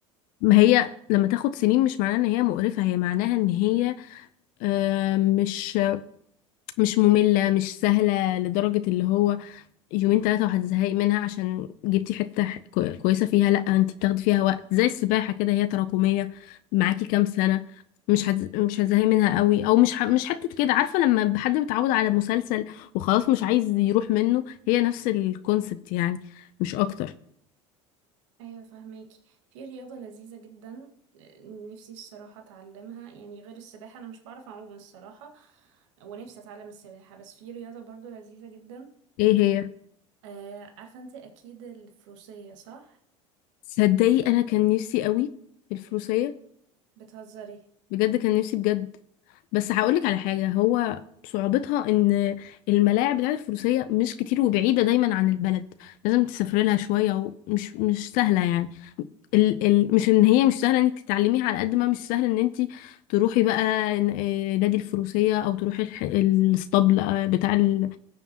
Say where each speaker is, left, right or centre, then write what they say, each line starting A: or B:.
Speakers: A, on the left; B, on the right.
A: ما هي لما تاخد سنين مش معناها ان هي مقرفة هي معناها ان هي آه، مش مش مملة مش سهلة لدرجة اللي هو يومين ثلاثة وهتزهقي منها عشان جبتي حتة ح- كو- كويسة فيها لأ انت بتاخدي فيها وقت زي السباحة كده هي تراكمية معاكي كام سنة مش هتز... مش هتزهقي منها قوي او مش ح... مش حتة كده عارفة لما حد بيتعود على مسلسل وخلاص مش عايز يروح منه هي نفس الكونسبت يعني مش اكتر
B: ايوه فهماكي في رياضة لذيذة جدا نفسي الصراحة اتعلمها يعني غير السباحة انا مش بعرف اعوم الصراحة ونفسي اتعلم السباحة بس في رياضة برضو لذيذة جدا
A: ايه هي
B: آه عارفة انت اكيد الفروسية صح
A: صدقي انا كان نفسي قوي في الفروسية
B: بتهزري
A: بجد كان نفسي بجد بس هقولك على حاجة هو صعوبتها ان الملاعب بتاعت الفروسية مش كتير وبعيدة دايما عن البلد لازم تسافري لها شوية ومش مش سهلة يعني ال ال مش ان هي مش سهلة انك تتعلميها على قد ما مش سهل ان انت تروحي بقى ن- آه، نادي الفروسية او تروحي الح- الاسطبل آه، بتاع ال